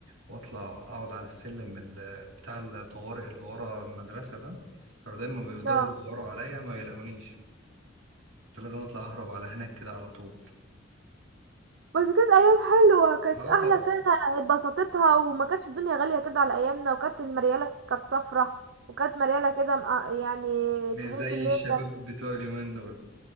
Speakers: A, on the right; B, on the right.
A: واطلع اقعد على السلم ال- بتاع الطوارئ اللي ورا المدرسه ده كانوا دايما بيفضلوا
B: اه
A: يدوروا عليا ما يلاقونيش كنت لازم اطلع اهرب على هناك كده على طول
B: بس كانت ايام حلوه كانت
A: اه
B: احلى
A: طبعا
B: فيها اتبسطتها وما كانتش الدنيا غاليه كده على ايامنا وكانت المرياله كانت صفرة وكانت مرياله كده مق- يعني
A: مش
B: تحس
A: زي
B: ان
A: الشباب
B: هي
A: بتوع اليومين دول